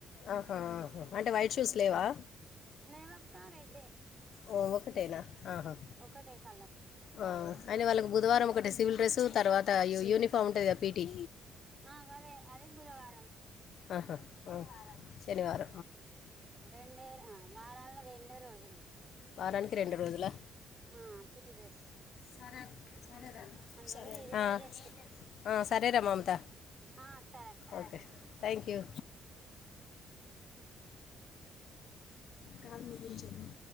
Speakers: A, on the left; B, on the right.
A: ఆహా ఆహా అంటే వైట్ షూస్ లేవా
B: లేవక్క రెడ్డే
A: ఓ ఒక్కటేనా ఆహా
B: ఒకటే కలర్
A: ఆ అయినా వాళ్ళకు బుధవారం ఒకటి సివిల్ డ్రెస్సు తర్వాత యూనిఫామ్ ఉంటదిగా పీ టీ
B: ఆ గదే అదే బుధవారం
A: ఆహా శనివారం
B: రండే ఆ వారలో రెండె రోజులు
A: వారానికి రెండు రోజుల
B: ఆ పిటి డ్రెస్
A: సరే అండి
B: మిగతా అన్ని
A: సరే
B: రోజులు ఇదే
A: రా సరే అండి
B: డ్రెస్సు
A: ఆ సరే రా మమత
B: ఆ సరే అక్క
A: ఓకే థ్యాంక్ యూ కాల్ ముగించండి